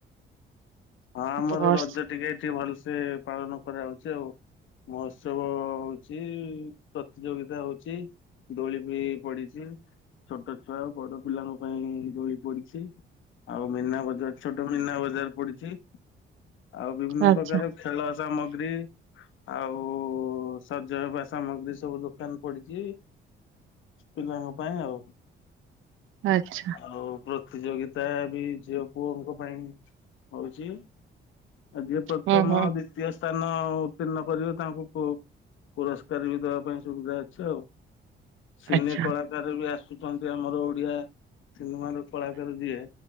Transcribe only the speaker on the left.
ହଁ ଆମର
ରଜ ଟିକେ ଟିକେ ଭଲ ସେ ପାଳନ କରାଉଛି ଆଉ ମହୋତ୍ସବ ହଉଛି ପ୍ରତିଯୋଗିତା ହଉଛି ଦୋଳି ବି ପଡିଛି ଛୋଟ ଛୁଆ ବଡ ପିଲାଙ୍କ ପାଇଁ ଦୋଳି ପଡିଛି। ଆଉ ମୀନା ବଜାର ଛୋଟ ମୀନା ବଜାର ପଡିଛି। ଆଉ ବିଭିନ୍ନ
ପ୍ରକାର ଖେଳ ସାମଗ୍ରୀ ଆଉ ସଜ ହେବା ସାମଗ୍ରୀ ସବୁ ଦୋକାନ ପଡିଛି ପିଲାଙ୍କ ପାଇଁ ଆଉ।
ଆଉ ପ୍ରତିଯୋଗିତା ତ ବି ଝିଅ ପୁଅଙ୍କ ପାଇଁହଉଛି। ଆଜି ପ୍ରଥମ
ଦିତୀୟ ସ୍ଥାନ ଉତ୍ତୀର୍ଣ୍ଣ କରିବେ ତାଙ୍କୁ ପୁରସ୍କାର ବି ଦବା ପାଇଁ ସୁବିଧା ଅଛି ଆଉ। ସିନେ
କଳାକାର ବି ଆସ ଆୁଛନ୍ତି ଆମର ଓଡିଆ ସିନେମ ର କଳାକାର ଯିଏ